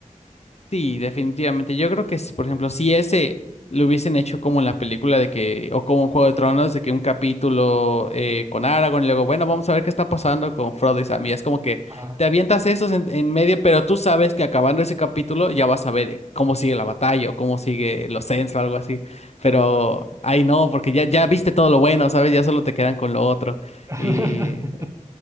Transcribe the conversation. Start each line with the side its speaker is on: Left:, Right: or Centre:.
Left: Sí, definitivamente. Yo creo que si, por ejemplo, si ese lo hubiesen hecho como en la película de que, o como en Juego de Tronos, de que un capítulo eh, con Aragorn y luego, bueno, vamos a ver qué está pasando con Frodo y Sam. Y es como que
Right: Ah,
Left: te avientas esos en, en medio, pero tú sabes que acabando ese capítulo ya vas a ver cómo sigue la batalla o cómo sigue los Ents o algo así.
Right: claro,
Left: Pero
Right: claro.
Left: ahí no, porque ya, ya viste todo lo bueno, ¿sabes? Ya solo te quedan con lo otro.
Right: <laughs>
Left: Y